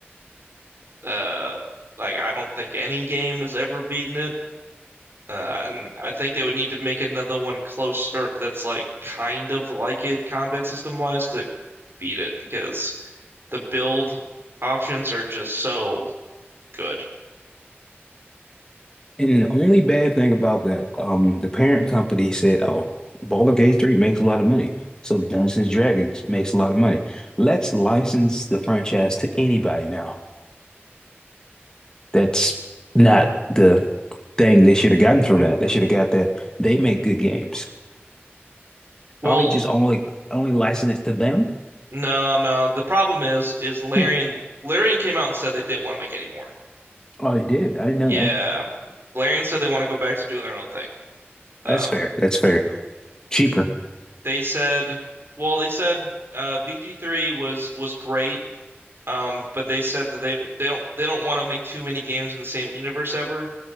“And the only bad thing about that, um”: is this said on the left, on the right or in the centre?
Left